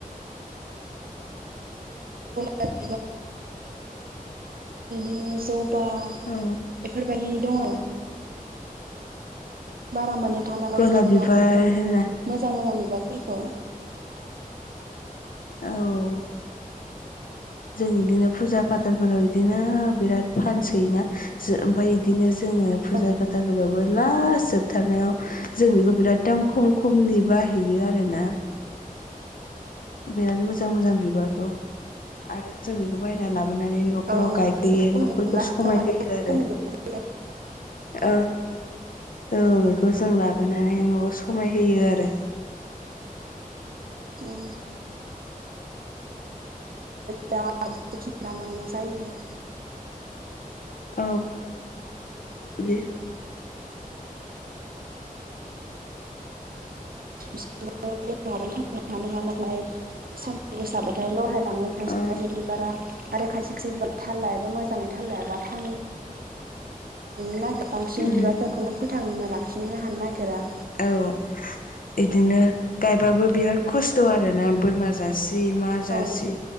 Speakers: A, on the right; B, on the left.
A: <inaudible> बिदिनो जबा
B: औ
A: बेफोरबायदि दङ मोन थालाय
B: गलाब
A: जोंनियाव
B: बिबार
A: बेफोर
B: होनना
A: मोजां मोजां माबाफोरखौ
B: औ जों इदिनो फुजा फाथालफोराव बिदिनो बिराद फानसैयोना ओमफफ्राय बिदिनो जोङो फुजा
A: औ
B: फाथाफोरावबो लास जोबथारनायाव जों बेखौ बिराद दाम खम खमनि बाहैयो आरोना
A: <inaudible>
B: बिराद मोजां मोजां बिबारखौ आरो जों बेखौ बायनानै लाबो लाबोनानै न'फोराव
A: औ
B: गायफैयो
A: एसे खमै
B: न'फोरखौ
A: लास्टावहाय
B: समाय होयो आरो
A: खमै मोननाय
B: अ औ बे बेखौ जों लाबोनानै न'आव समाय होयो आरो
A: औ दा थ लानांगौ जायो आरो <inaudible> <unintelligible>
B: औ बे
A: बिसोर बेनानै थां हानो हाया नालाय सानदुं गोसाबाथायल' बाहायलाङो खायसे
B: औ
A: खायसे बिबारा आरो खायसे खाय बिब थाललााया एबा मोजाङै थाललााया बा थाङ नो नागिर बांसिन
B: उम
A: बिबारफोरखौनो फोथांना लाखिनो हानो नागिरा
B: औ बिदिनो गायबाबो बिराद खस्थ' आरोना बोरमा जासे मा जासि
A: औ